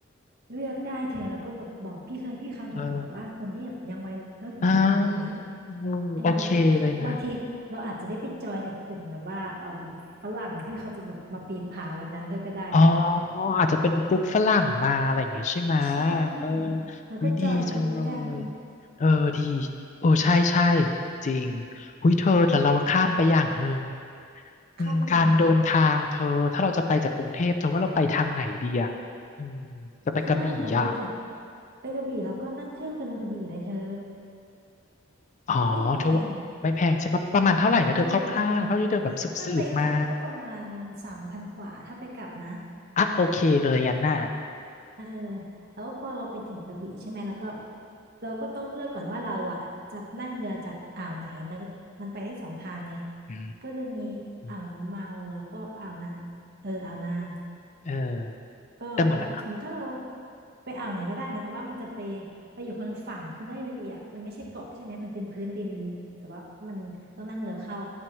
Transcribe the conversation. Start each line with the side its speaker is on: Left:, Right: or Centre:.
Right: เลือกได้เธอแล้วก็บอกบอกพี่เคยพี่คะหนูขอแบบว่าคนที่แบบยังวัยรุ่นอยู่นะอะไรอย่างเงี้ย
Left: เอออ่าอืมโอเคเลยนะ
Right: เออบางทีเราอาจจะได้ไปจอยกับกลุ่มแบบว่าเอ่มฝรั่งที่เขาจะแบบมาปีนผาวันนั้นด้วยก็ได้นะ
Left: อ๋ออาจจะเป็นกลุ่มฝรั่งมาอะไรอย่างเงี้ยใช่ไหม
Right: ใช่
Left: เออ
Right: แล้วก็จอยกรุ๊ปกัน
Left: วิดีจังเลยเออดีโอ้ใช่ใช่จริงหุยเธอแต่เราข้ามไปอย่างหนึ่งอืมการเดินทางเธอถ้าเราจะไปจากกรุงเทพเธอว่าเราไปทางไหนดีอ่ะอืมจะไปกระบี่อ่ะ
Right: ข้ามอะไรถ้าเราไปจากไปกระบี่เราก็นั่งเครื่องไปลงกระบี่เลยเธอ
Left: อ๋อเธอว่าไม่แพงใช่ปะประมาณเท่าไหร่นะเธอคร่าวๆเท่าที่เธอแบบสืบๆมา
Right: ไม่แพงเออถ้าไปกลับก็ประมาณสามพันกว่าถ้าไปกลับนะ
Left: อ่ะโอเคเลยงั้นน่ะ
Right: เออแล้วพอเราไปถึงกระบี่ใช่ไหมแล้วก็เราก็ต้องเลือกก่อนว่าเราอ่ะจะนั่งเรือจากอ่าวไหนมันก็มันไปได้สองทางไง
Left: อื
Right: ก็จะมีอ่าวน้ำเมาแล้วก็อ่าวนางเอออ่าวนาง
Left: มเออ
Right: ก็เราก็สมมติถ้าเรา
Left: แต่เหมือน
Right: ไปอ่าวไหนก็ได้นะแต่ว่ามันจะไปไปอยู่คนละฝั่งคือไล่เลยอ่ะมันไม่ใช่เกาะใช่ไหมมันเป็นพื้นดินแต่ว่ามันต้องนั่งเรือเข้า